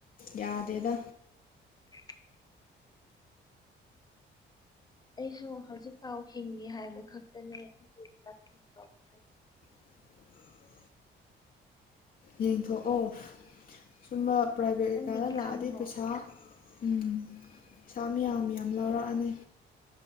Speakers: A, on the left (about 45°); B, on the left (about 20°).
A: ꯌꯥꯗꯦꯗ
B: ꯍ ꯑꯩꯁꯨ ꯍꯧꯖꯤꯛꯐꯥꯎ ꯍꯤꯡꯉꯤ ꯍꯥꯏꯕ ꯈꯛꯇꯅꯦ ꯑꯩꯒꯤ ꯐꯥꯎꯦ
A: ꯎ ꯌꯦꯡꯊꯣꯛꯑꯣ ꯁꯨꯝꯕ ꯄ꯭ꯔꯥꯏꯚꯦꯠ
B: ꯅꯪꯒꯤꯗꯤ
A: ꯀꯩꯀꯥꯗ ꯂꯥꯛꯑꯗꯤ
B: ꯈꯪꯕ꯭ꯔꯣ
A: ꯄꯩꯁꯥ ꯎꯝ ꯄꯩꯁꯥ ꯃꯌꯥꯝ ꯌꯥꯝ ꯂꯧꯔꯛꯑꯅꯤ